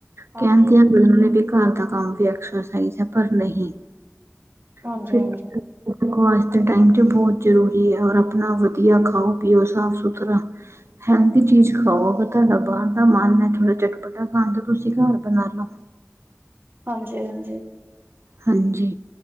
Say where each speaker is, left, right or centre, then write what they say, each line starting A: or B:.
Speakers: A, on the right; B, on the right.
A: ਹਾਂਜੀ।
B: ਕਹਿੰਦੇ ਆ ਕਈ ਜਨੇ ਵੀ ਘਰ ਦਾ ਕੰਮ ਵੀ ਐਕਸਰ ਸਾਈਜ ਹੈ ਪਰ ਨਹੀਂ।
A: ਹਾਂਜੀ-ਹਾਂਜੀ,
B: <unintelligible> ਦੇਖੋ ਅੱਜ ਦੇ ਟਾਈਮ ਚ ਬੋਤ ਜ਼ਰੂਰੀ ਐ ਔਰ ਆਪਣਾ ਵਧੀਆ ਖਾਓ ਪੀਓ ਸਾਫ਼-ਸੁਥਰਾ। ਹੈਲਦੀ ਚੀਜ਼ ਖਾਓ ਪਤਾ ਬਾਹਰ ਦਾ ਮਾਲ ਨੈਟ ਰਿਜੈਕਟ ਹੁੰਦਾ। ਜੇੜਾ ਖਾਂਦੇ ਓ ਤੁਸੀਂ ਘਰ ਬਣਾਾਲੋ।
A: ਹਾਂਜੀ-ਹਾਂਜੀ।
B: ਹਾਂਜੀ।